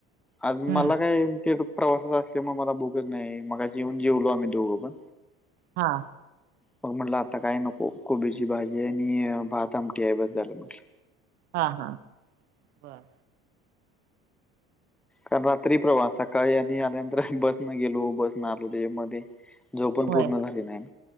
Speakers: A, in the centre; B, on the right.
A: आज
B: हम्म
A: मला काय ते प्रवासाात असल्यामुळे मला भूकच नाही मगा जेऊन जेवलो आम्ही दोघं पण.
B: हा.
A: बग म्हटलं आता काय नको कोबीची भाजी आहे आणि भात आमटी आहे बस झालं म्हट
B: हा हा बर.
A: कारण रात्री प्रवास सकाळी आणि आल्यानंतर बस न गेलो बस न आलो ते मध्ये. झोपूण
B: होय
A: पूर्ण झाली नाही